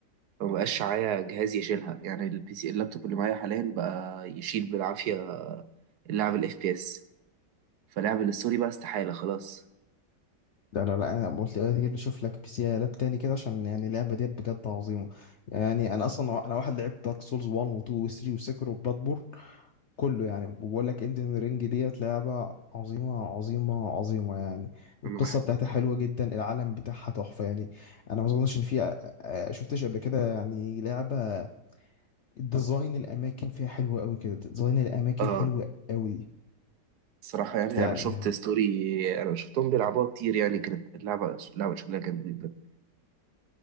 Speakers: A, on the right (about 70°); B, on the left (about 65°).
A: فما بقاش معايا جهاز يشيلها يعني البي سي اللابتوب اللي معايا حاليا بقى يشيل بالعافيه لعب الاف بي اس فلعب الستوري بقى استحاله خلاص
B: ده انا لا انا قلت ايه اللي اشوف لك بي سي لاب تاني كده عشان يعني اللعبه دي بجد عظيمه يعني انا اصلا انا واحد لعبت دارك سولز 1 و2 و3 وسكر وبلاتبورن كله يعني بقول لك الدن رينج ديت لعبه عظيمه عظيمه عظيمه يعني القصه
A: انا بح-
B: بتاعتها حلوه جدا العالم بتاعها تحفه يعني انا ما اظنش ان في آه، آه، شفتش قبل كده يعني لعبه ديزاين الاماكن فيها حلو قوي كده ديزاين الاماكن
A: اه
B: حلو قوي
A: صراحة يعني
B: يعني
A: أنا شفت ستوري أنا شفتهم بيلعبوها كتير يعني كانت اللعبة اللعبة شكلها كان جدا